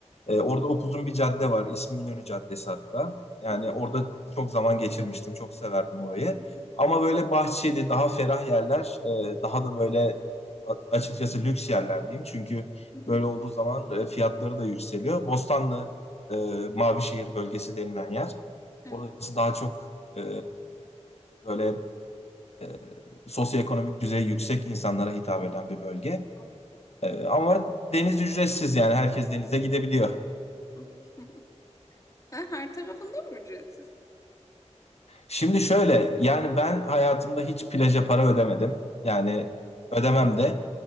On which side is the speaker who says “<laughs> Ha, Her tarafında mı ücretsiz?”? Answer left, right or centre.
Left